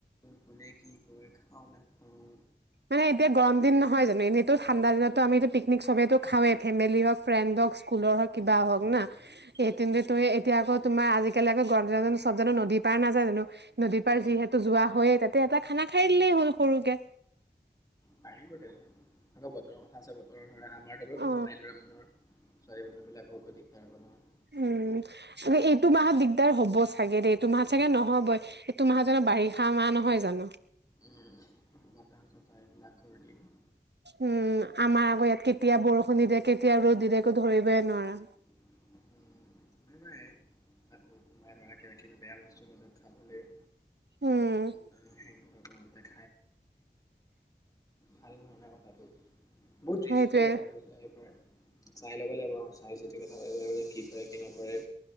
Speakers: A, on the left (about 20°); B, on the right (about 75°).
A: কোনে কি কয় খাওঁ, নাখাওঁ।
B: মানে এতিয়া গৰম দিন নহয় জানো, এনেটো ঠাণ্ডা দিনতো আমি এটা পিকনিক সবেইে খাওৱে, ফেমিলি হওক ফ্ৰেণ্ড হওক। স্কুলৰ হওক, কিবা
A: উম
B: হওক
A: উম
B: না। <unintelligible> তুমি এতিয়া আকৌ, তোমাৰ আজিকালি আকৌ গৰম দিনত জানোঁ চব জানোঁ নদীৰ পাৰ নাযায় জানো। নদীৰ পাৰ
A: উম
B: যিহেতু যোৱা হয়ে, তাতে এটা খানা খাই দিলেই হ'ল সৰুকে।
A: পাৰি বাৰুতে, আকৌ বতৰৰ কথা আছে, বতৰৰ ধৰা, আমাৰটো বাৰু
B: অ
A: কথা নাই ল'ৰা মানুহৰ। ছোৱালী মানুহ বিলাকৰ আকৌ দিগদাৰ হ'ব নহয়।
B: উম, এইটো মাহত দিগদাৰ হ'ব চাগে দে, এইটো মাহত চাগে নহ'বই। এইটো মাহ জানো, বাৰিষা মাহ নহয় জানো।
A: উম, বতাহ-চতাহ <unintelligible>
B: উম, আমাৰ আকৌ, ইয়াত কেতিয়া বৰষুণ দি দিয়ে, কেতিয়া ৰ'দ দি দিয়ে, একো ধৰিবই নোৱাৰো।
A: <unintelligible> <unintelligible> ধৰা, কিবা-কিবি, বেয়া বস্তুৰ মাজত খাবলৈ
B: উম।
A: তেনেকুৱা <unintelligible> ভাল হোৱা নাই কথাটো। বহুত
B: সেইটোৱে
A: ৰিস্কৰ কথা হৈ যায় সেইপাৰ, চাই ল'ব লাগিব অহা বছৰ। <unintelligible> কি কৰে কি নকৰে